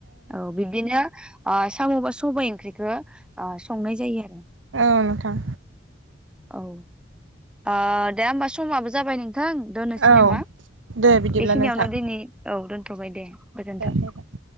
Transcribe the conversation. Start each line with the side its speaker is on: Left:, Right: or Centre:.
Centre: औ बिब्दिनो ओ सामबा सबायाइ ओंख्रिखो ओ संनाय जायो आरो।
Right: औ नोंथां।
Centre: औ ओ दे होमबा समाबो जाबाय नों थां दोननोसै
Right: औ
Centre: नामा
Right: दे बिदिब्ला
Centre: बेखिनियावनो
Right: नोंथां
Centre: दिनै औ दो थबाय दे। गोजोनथों।
Right: दे